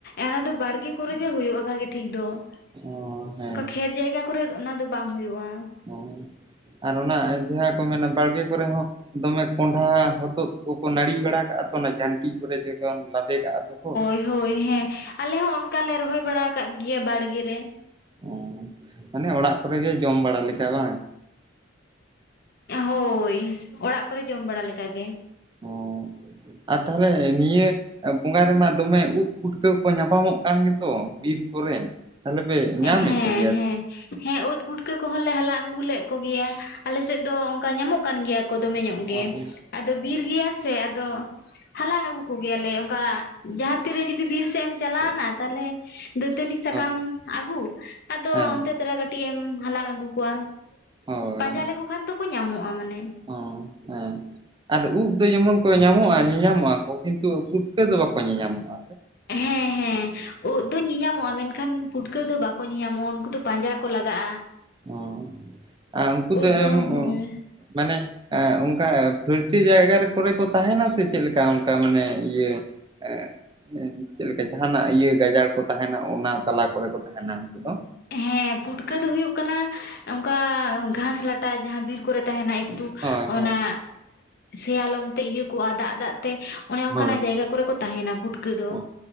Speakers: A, on the left (about 50°); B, on the right (about 25°).
A: ᱚᱱᱟ ᱫᱚ ᱵᱟᱲᱜᱮ ᱠᱚᱨᱮ ᱜᱮ ᱦᱩᱭᱩᱜᱼᱟ ᱵᱷᱟᱜᱤ ᱴᱷᱤᱠ ᱫᱚ᱾ <inaudible>
B: ᱚ ᱦᱮᱸ
A: ᱚᱱᱠᱟ ᱠᱷᱮᱛ ᱡᱟᱭᱜᱟ ᱠᱚᱨᱮ ᱚᱱᱟ ᱫᱚ ᱵᱟᱝ ᱦᱩᱭᱩᱜᱼᱟ᱾
B: ᱚ ᱟᱨ ᱚᱱᱟ ᱡᱟᱦᱟᱸ ᱠᱚ ᱢᱮᱱᱟ ᱵᱟᱲᱜᱮ ᱠᱚᱨᱮ ᱦᱚᱸ ᱫᱚᱢᱮ ᱠᱚᱸᱰᱷᱟ ᱦᱚᱛᱚᱫ ᱠᱚᱠᱚ ᱱᱟᱹᱲᱤ ᱵᱟᱲᱟ ᱠᱟᱜᱼᱟ ᱛᱚ, ᱚᱱᱟ ᱡᱷᱟᱹᱱᱴᱤ ᱠᱚᱨᱮᱛᱮ ᱚᱱᱟ ᱞᱟᱫᱮ ᱠᱟᱜᱼᱟ ᱫᱚ ᱠᱚ?
A: ᱦᱚᱭ ᱦᱮᱸ᱾ ᱟᱞᱮ ᱦᱚᱸ ᱚᱱᱠᱟ ᱞᱮ ᱨᱚᱦᱚᱭ ᱵᱟᱲᱟ ᱟᱠᱟᱫ ᱜᱮᱭᱟ ᱵᱟᱲᱜᱮ ᱨᱮ᱾
B: ᱚ ᱢᱟᱱᱮ ᱚᱲᱟᱜ ᱠᱚᱨᱮᱜᱮ ᱡᱚᱢ ᱵᱟᱲᱟ ᱞᱮᱠᱟᱷᱟ ᱵᱟᱝ?
A: ᱦᱳᱭ ᱚᱲᱟᱜ ᱠᱚᱨᱮ ᱡᱚᱢ ᱵᱟᱲᱟ ᱞᱮᱠᱟᱜᱮ᱾
B: ᱚ ᱟᱨ ᱛᱟᱦᱚᱞᱮ ᱱᱤᱭᱟᱹ ᱵᱚᱸᱜᱟ ᱨᱮᱢᱟ ᱫᱚᱢᱮ ᱩᱫ ᱯᱩᱴᱠᱟᱹᱣ ᱠᱚ ᱧᱟᱯᱟᱢᱚᱜ ᱠᱟᱱ ᱜᱮᱛᱚ ᱵᱤᱨ ᱠᱚᱨᱮ ᱛᱟᱦᱞᱮ ᱯᱮ ᱧᱟᱢᱮᱫ
A: ᱦᱮᱸ
B: ᱠᱚᱜᱮᱭᱟ
A: ᱦᱮᱸ ᱦᱮᱸ ᱩᱫ ᱯᱩᱴᱠᱟᱹ ᱠᱚᱦᱚᱸ ᱞᱮᱮ ᱦᱟᱞᱟᱝ ᱟᱹᱜᱩ ᱞᱮᱫ ᱠᱚᱜᱮᱭᱟ᱾ ᱟᱞᱮ ᱥᱮᱫ ᱫᱚ ᱚᱱᱠᱟ ᱧᱟᱢᱚᱜ ᱠᱟᱱ ᱜᱮᱭᱟ ᱠᱚ ᱫᱚᱢᱮ ᱧᱚᱜ ᱜᱮ᱾
B: ᱦᱳᱭ
A: ᱟᱫᱚ ᱵᱤᱨ ᱜᱮᱭᱟ ᱥᱮ ᱟᱫᱚ ᱦᱟᱞᱟᱝ ᱟᱹᱜᱩ ᱠᱚ ᱜᱮᱭᱟᱞᱮ, ᱚᱱᱠᱟ ᱡᱟᱦᱟᱸ ᱛᱤᱨ ᱨᱮ ᱡᱩᱫᱤ ᱵᱤᱨ ᱥᱮᱫ ᱮᱢ ᱪᱟᱞᱟᱣᱱᱟ ᱛᱟᱦᱚᱞᱮ ᱫᱟᱹᱛᱟᱹᱱᱤ ᱥᱟᱠᱟᱢ
B: ᱦᱳᱭ
A: ᱟᱹᱜᱩ ᱠᱚᱣᱟᱢ᱾ ᱟᱫᱚ
B: ᱦᱮᱸ
A: ᱚᱱᱛᱮ ᱛᱚᱲᱟ ᱠᱟᱹᱴᱤᱡ ᱮᱢ ᱦᱟᱞᱟᱝ ᱟᱹᱜᱩ ᱠᱚᱣᱟ
B: ᱦᱳᱭ
A: ᱯᱟᱸᱡᱟ ᱞᱮᱠᱚ ᱠᱷᱟᱱ ᱫᱚ ᱠᱚ ᱧᱟᱢᱚᱜᱼᱟ ᱢᱟᱱᱮ᱾
B: ᱚ ᱦᱮᱸ ᱟᱨ ᱩᱫ ᱫᱚ ᱡᱮᱢᱚᱱ ᱠᱚ ᱧᱟᱢᱚᱜᱼᱟ ᱧᱮᱧᱟᱢᱚᱜᱼᱟ ᱠᱚ᱾ ᱠᱤᱱᱛᱩ ᱯᱩᱴᱠᱟᱹ ᱫᱚ ᱵᱟᱠᱚ ᱧᱮᱧᱟᱢᱚᱜᱼᱟ᱾
A: ᱦᱮᱸ ᱦᱮᱸ ᱦᱮᱸ ᱩᱫ ᱫᱚ ᱧᱮᱧᱟᱢᱚᱜᱼᱟ, ᱢᱮᱱᱠᱷᱟᱱ ᱯᱩᱴᱠᱟᱹ ᱫᱚ ᱵᱟᱠᱚ ᱧᱮᱧᱟᱢᱚᱜᱼᱟ ᱩᱱᱠᱩ ᱫᱚ ᱯᱟᱸᱡᱟ ᱠᱚ ᱞᱟᱜᱟᱜᱼᱟ᱾
B: ᱚ ᱟᱨ ᱩᱱᱠᱩ
A: ᱩᱫ
B: ᱫᱚ ᱮᱢ
A: ᱦᱮᱸ
B: ᱢᱟᱱᱮ ᱮ ᱚᱱᱠᱟ ᱯᱷᱟᱹᱨᱪᱟᱹ ᱡᱟᱭᱜᱟ ᱠᱚᱨᱮ ᱠᱚ ᱛᱟᱦᱮᱱᱟ ᱥᱮ ᱪᱮᱫᱞᱠᱟ ᱚᱱᱠᱟ ᱢᱟᱱᱮ ᱤᱭᱟᱹ? ᱟᱨ ᱪᱮᱫᱞᱠᱟ ᱡᱟᱦᱟᱸᱱᱟᱜ ᱤᱭᱟᱹ ᱜᱟᱡᱟᱲ ᱠᱚ ᱛᱟᱦᱮᱱᱟ ᱚᱱᱟ ᱛᱟᱞᱟ ᱠᱚᱨᱮ ᱠᱚ ᱛᱟᱦᱮᱱᱟ ᱩᱱᱠᱩ ᱫᱚ?
A: ᱦᱮᱸ ᱯᱩᱴᱠᱟᱹ ᱫᱚ ᱦᱩᱭᱩᱜ ᱠᱟᱱᱟ ᱚᱱᱠᱟ ᱜᱷᱟᱥ ᱞᱟᱴᱟ ᱡᱟᱦᱟᱸ ᱵᱤᱨ ᱠᱚᱨᱮ ᱛᱟᱦᱮᱱᱟ᱾ ᱮᱴᱩ
B: ᱦᱳᱭ
A: ᱚᱱᱟ
B: ᱦᱳᱭ
A: ᱥᱮᱭᱟᱞᱚᱢ ᱛᱮ ᱤᱭᱟᱹ ᱠᱚᱜᱼᱟ, ᱫᱟᱜ-ᱫᱟᱜ ᱛᱮ ᱚᱱᱮ ᱚᱱᱠᱟᱱᱟᱜ
B: ᱦᱳᱭ
A: ᱡᱟᱭᱜᱟ ᱠᱚᱨᱮ ᱠᱚ ᱛᱟᱦᱮᱱᱟ ᱜᱩᱴᱠᱟᱹ ᱫᱚ᱾
B: ᱚ